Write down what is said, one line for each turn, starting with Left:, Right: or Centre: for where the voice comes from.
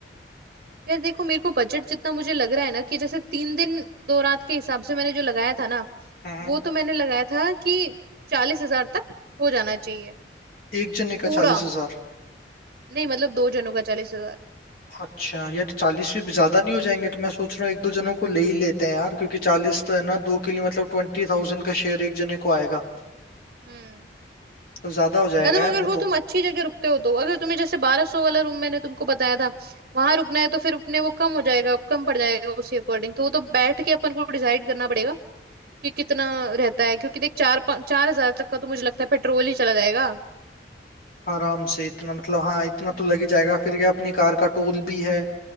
Right: यार देखो मेरे को बजट जितना मुझे लग रहा है ना कि जैसे तीन दिन दो रात के हिसाब से मैंने जो लगाया था ना
Left: हम्म
Right: वो तो मैंने लगाया था कि चालीस हजार तक हो जाना चाहिए
Left: एक जने
Right: पूरा
Left: का चालीस हजार?
Right: नहीं मतलब दो जनों का चालीस हजार
Left: अच्छा यार चालीस भी ज्यादा नहीं हो जाएंगे तो मैं सोच रहा हूँ एक दो जनों को ले ही लेते हैं यार क्योंकि चालीस तो है ना दो के लिए मतलब ट्वेंटी थाउजेंड का शेयर एक जने को आएगा
Right: हम्म
Left: तो ज्यादा हो जाएगा
Right: मतलब
Left: यार
Right: अगर
Left: वो
Right: वो
Left: तो
Right: तुम अच्छी जगह रुकते हो तो अगर तुम्हें जैसे बारह सौ वाला रूम मैंने तुमको बताया था वहां रुकना है तो फिर अपने वो कम हो जाएगा कम पड़ जाएगा उसी अकॉर्डिंग तो वो तो बैठ के अपन को डिसाइड करना पड़ेगा कि कितना रहता है क्योंकि देख चार पा- चार हजार तक का तो मुझे लगता है पेट्रोल ही चला जाएगा
Left: आराम से इतना मतलब हाँ इतना
Right: हम्म
Left: तो लग ही जाएगा फिर क्या अपनी कार का टोल भी है